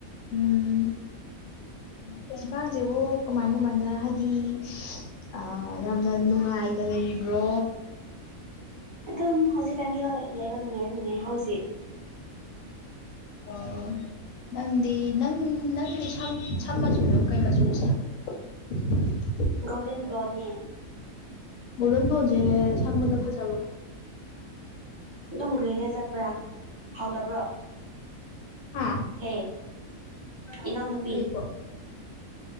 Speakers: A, on the left; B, on the right.
A: ꯎꯝ ꯍꯧꯖꯤꯒꯥꯟꯁꯤꯕꯨ ꯀꯃꯥꯏ ꯀꯃꯥꯏꯅ ꯍꯥꯏꯗꯤ ꯑ ꯌꯥꯝꯅ ꯅꯨꯡꯉꯥꯏꯅ ꯂꯩꯔꯤꯕ꯭ꯔꯣ
B: ꯑꯗꯨꯝ ꯍꯧꯖꯤꯛꯀꯥꯟꯗꯤ ꯍꯣꯏ ꯂꯩꯕ ꯅꯨꯡꯉꯥꯏꯗꯤ ꯅꯨꯡꯉꯥꯏ ꯍꯧꯖꯤꯛ
A: ꯑꯣ ꯅꯪꯗꯤ ꯅꯪ ꯅꯪꯗꯤ ꯁꯝ ꯃꯆꯨꯗꯣ ꯀꯩ ꯃꯆꯨ ꯁꯡꯒꯦ <unintelligible>
B: ꯒ꯭ꯔꯥꯗꯦꯟ ꯕ꯭ꯂꯣꯟꯅꯤ
A: ꯒꯣꯜꯗꯦꯟ ꯒꯣꯜ ꯖꯦ ꯁꯪꯕꯗꯥ ꯐꯖꯕ
B: ꯑꯗꯨꯝ ꯒ꯭ꯔꯦꯒꯦ ꯆꯠꯄ꯭ꯔꯥ ꯍꯥꯎꯇꯕ꯭ꯔꯣ <inaudible>
A: ꯍꯥ
B: ꯍꯦ ꯏꯅꯥꯎ ꯅꯨꯄꯤ
A: ꯀꯩꯕꯣ